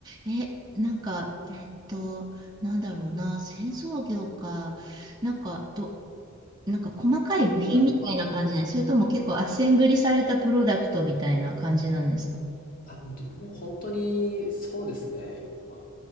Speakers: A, on the right; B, on the left.
A: え、なんか、えっと、なんだろうな、製造業か、なんか、ど、なんか細かい部品みたいな感じなんですそれとも結構アッセンブリされたプロダクトみたいな感じなんですか
B: はい。あ、もうどもう本当に、そうですね。ま、あ